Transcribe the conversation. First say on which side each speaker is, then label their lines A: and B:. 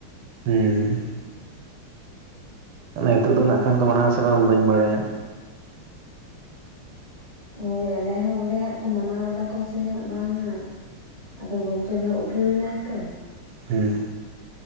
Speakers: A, on the right; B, on the left.
A: ᱦᱮᱸ ᱛᱟᱦᱞᱮ ᱱᱤᱛᱚᱜ ᱫᱚ ᱱᱟᱸᱜ ᱠᱷᱟᱱ ᱠᱚ ᱢᱟᱱᱟᱣᱟ ᱥᱮ ᱵᱟᱝ ᱵᱟᱹᱧ ᱵᱟᱲᱟᱭᱟ
B: ᱦᱳᱭ ᱟᱞᱮ ᱦᱚᱸ ᱚᱸᱰᱮ ᱦᱟᱜ ᱠᱚ ᱢᱟᱱᱟᱣ ᱮᱫᱟ ᱠᱚ ᱥᱮ ᱦᱟᱸᱜ ᱵᱟᱝ ᱦᱟᱸᱜ ᱟᱫᱚ ᱜᱚᱢᱠᱮ ᱫᱚ ᱩᱴᱷᱟᱹᱣ ᱮᱱᱟᱭ ᱛᱚ
A: ᱦᱮᱸ